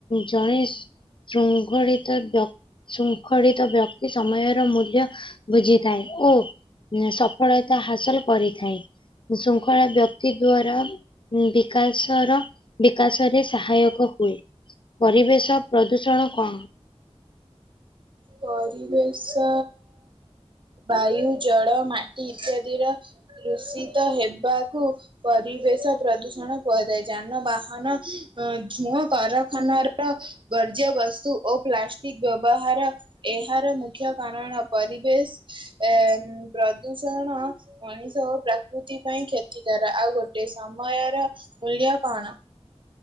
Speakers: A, on the left (about 50°); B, on the right (about 50°).
A: ଜଣେ ଶୃଙ୍ଖଳିତ ବ୍ୟକ୍ତି ଶୃଙ୍ଖଳିତ ବ୍ୟକ୍ତି ସମୟର ମୂଲ୍ୟ ବୁଝିଥାଏ ଓ ସଫଳତା ହାସଲ କରିଥାଏ। ଖଳ ବ୍ୟକ୍ତି ଦ୍ଵାରା ବିକାଶର ବିକାଶରେ ସହାୟକ ହୁଏ ପରିବେଶ ପ୍ରଦୂଷଣ କଣ?
B: ପରିବେଶ ବାୟୁ ଜଳ ମାଟି ଇତ୍ୟାଦିର ଦୂଷିତ ହେବାକୁ ପରିବେଶ ପ୍ରଦୂଷଣ କୁହାଯାଏ ଯାନବାହନ ଧୂଅଁ କଖାନାର କାଯ୍ୟ ବସ୍ତୁ ଓ ପ୍ଲାଷ୍ଟିକ ବ୍ୟବହାର ଏହାର ମୁଖ୍ୟ କାରଣ ପରିବେଶଏ ପ୍ରଦୂଷଣ। ମଣିଷ ଓ ପ୍ରକୃତି ପାଇଁ କ୍ଷତିକାର ଆଉ ଗୋଟେ ସମୟର ମୂଲ୍ୟ କଣ?